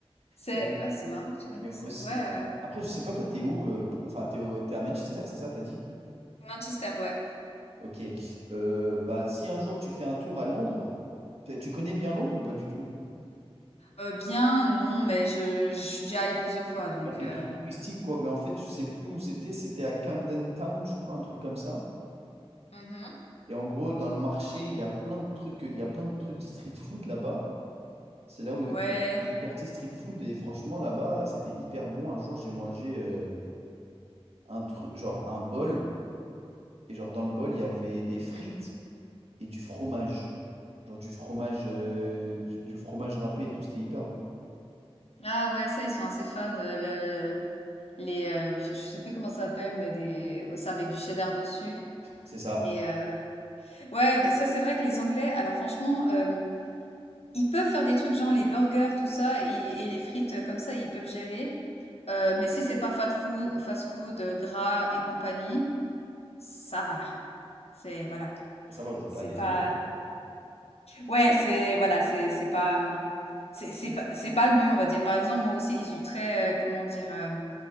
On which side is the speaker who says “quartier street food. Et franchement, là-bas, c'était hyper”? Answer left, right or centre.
Right